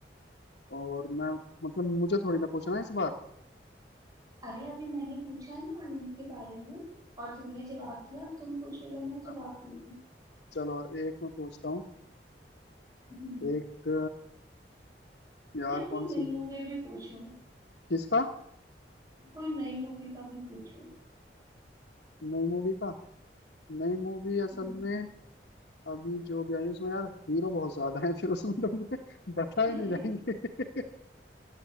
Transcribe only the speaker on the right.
अरे अभी मैंने पूछा ना आनंद के बारे में और तुमने जवाब दिया अब तुम पूछोगे मैं
जवाब दूंगी
हम्म।
यार कोई
नई
मूवी भी पूछो
कोई नई मूवी का भी पूछो
हम्म।
<laughs>